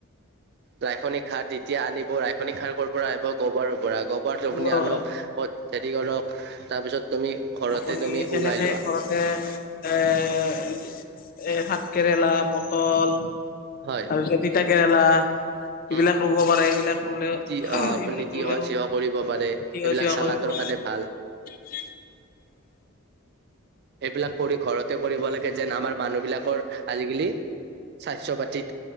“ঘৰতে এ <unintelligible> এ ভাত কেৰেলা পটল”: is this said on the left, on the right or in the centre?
Left